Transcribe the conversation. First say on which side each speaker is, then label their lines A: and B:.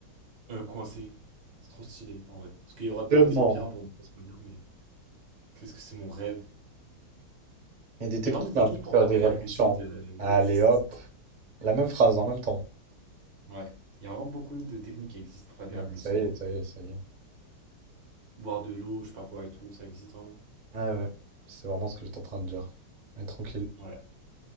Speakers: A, on the right; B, on the right.
A: euh, coincé. C'est trop stylé, en vrai. Parce qu'il y aura des
B: Vraiment.
A: fois c'est bien, bon, des fois c'est pas bien, mais qu'est-ce que c'est mon rêve?
B: Il y a des
A: Il
B: techniques
A: y a vraiment des
B: là
A: techniques
B: pour
A: pour
B: faire
A: faire
B: des
A: des
B: rêves
A: rêves
B: conscients.
A: lucides euh,
B: Allez
A: qui existent.
B: hop, la même phrase en même temps.
A: Ouais, il y a vraiment beaucoup de techniques qui existent pour faire des
B: Non,
A: rêves lucides.
B: ça y est, ça y est, ça y est.
A: Boire de l'eau, je sais pas quoi et tout, ça existe vraiment.
B: Ah ouais, c'est vraiment ce que j'étais en train de dire. Mais tranquille.
A: Ouais.